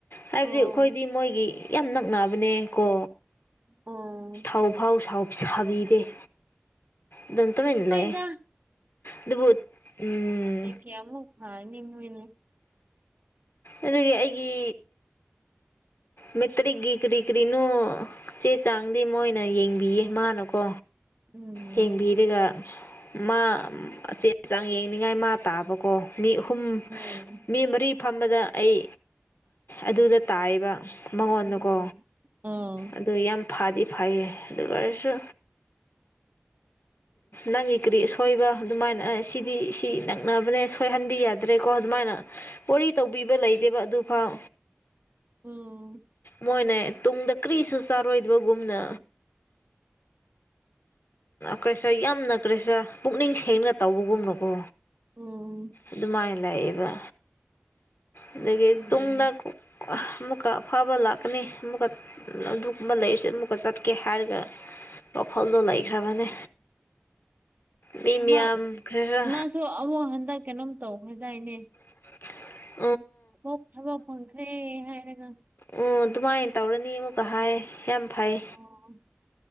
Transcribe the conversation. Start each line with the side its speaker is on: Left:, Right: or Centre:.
Left: ꯍꯥꯏꯕꯗꯤ
Right: ꯑꯣ
Left: ꯑꯩꯈꯣꯏꯗꯤ ꯃꯣꯏꯒꯤ ꯌꯥꯝ ꯅꯛꯅꯕꯅꯦ ꯀꯣ
Right: ꯎꯝ
Left: ꯄꯥꯎ ꯐꯥꯎ ꯁꯥꯎ ꯁꯥꯕꯤꯗꯦ ꯑꯗꯨꯝ ꯇꯨꯃꯤꯟ
Right: ꯍꯣꯏꯗ
Left: ꯂꯩꯌꯦ ꯑꯗꯨꯕꯨ ꯎꯝ
Right: ꯀꯩꯌꯥꯝꯃꯨꯛ ꯐꯥꯏ ꯅꯤꯡꯉꯨ ꯅꯤꯡꯉꯨ
Left: ꯑꯗꯒꯤ ꯑꯩꯒꯤ ꯃꯦꯇ꯭ꯔꯤꯛꯀꯤ ꯀꯔꯤ ꯀꯔꯤꯅꯣ ꯆꯦ ꯆꯥꯡꯗꯤ ꯃꯣꯏꯅ ꯌꯦꯡꯕꯤꯌꯦ ꯃꯥꯅꯀꯣ
Right: ꯎꯝ
Left: ꯌꯦꯡꯕꯤꯔꯒ ꯃꯥ ꯆꯦ ꯆꯥꯡ ꯌꯦꯡꯅꯤꯡꯉꯥꯏ ꯃꯥ ꯇꯥꯕꯀꯣ ꯃꯤ ꯑꯍꯨꯝ
Right: ꯎꯝ
Left: ꯃꯤ ꯃꯔꯤ ꯐꯝꯕꯗ ꯑꯩ ꯑꯗꯨꯗ ꯇꯥꯏꯌꯦꯕ ꯃꯉꯣꯟꯅꯀꯣ
Right: ꯎꯝ ꯎꯝ
Left: ꯑꯗꯨ ꯌꯥꯝ ꯐꯥꯗꯤ ꯐꯩꯌꯦ ꯑꯗꯨ ꯑꯣꯏꯔꯁꯨ ꯅꯪꯒꯤ ꯀꯔꯤ ꯑꯁꯣꯏꯕ ꯑꯗꯨꯃꯥꯏꯅ ꯁꯤꯗꯤ ꯅꯛꯅꯕꯅꯦ ꯁꯣꯏꯍꯟꯕꯤ ꯌꯥꯗ꯭ꯔꯦꯀꯣ ꯑꯗꯨꯃꯥꯏꯅ ꯋꯥꯔꯤ ꯇꯧꯕꯤꯕ ꯂꯩꯗꯦꯕ ꯑꯗꯨꯐꯥꯎ
Right: ꯎꯝ
Left: ꯃꯣꯏꯅꯦ ꯇꯨꯡꯗ ꯀꯔꯤꯁꯨ ꯆꯥꯔꯣꯏꯗꯕꯒꯨꯝꯅ ꯀꯔꯤꯁꯨ ꯌꯥꯝꯅ ꯀꯔꯤꯁꯔꯥ ꯄꯨꯛꯅꯤꯡ ꯁꯦꯡꯅ ꯇꯧꯕꯒꯨꯝꯅꯀꯣ
Right: ꯎꯝ
Left: ꯑꯗꯨꯃꯥꯏꯅ ꯂꯩꯑꯦꯕ ꯑꯗꯒꯤ
Right: ꯎꯝ
Left: ꯇꯨꯡꯗ ꯑꯃꯨꯛ ꯀ ꯑꯐꯥꯕ ꯂꯥꯛꯀꯅꯤ ꯑꯃꯨꯛꯀ ꯑꯗꯨꯒꯨꯝꯕ ꯂꯩꯔꯁꯦ ꯑꯃꯨꯛꯀ ꯆꯠ ꯀꯦ ꯍꯥꯏꯔꯒ ꯋꯥꯈꯜꯗꯣ ꯂꯩꯈ꯭ꯔꯕꯅꯦ ꯃꯤ ꯃꯤꯌꯥꯝ
Right: ꯃꯥ
Left: ꯈꯔ
Right: ꯃꯥꯁꯨ ꯑꯃꯨꯛ ꯍꯟꯗꯛ ꯀꯩꯅꯣꯝ ꯇꯧꯈ꯭ꯔꯗꯥꯏꯅꯦ
Left: <inaudible>
Right: ꯊꯕꯛ ꯊꯕꯛ ꯐꯪꯈ꯭ꯔꯦ ꯍꯥꯏꯔꯒ
Left: ꯑ ꯑꯗꯨꯃꯥꯏꯅ ꯇꯧꯔꯅꯤ ꯑꯃꯨꯛꯀ ꯍꯥꯏ ꯌꯥꯝ ꯐꯩ
Right: ꯑꯣ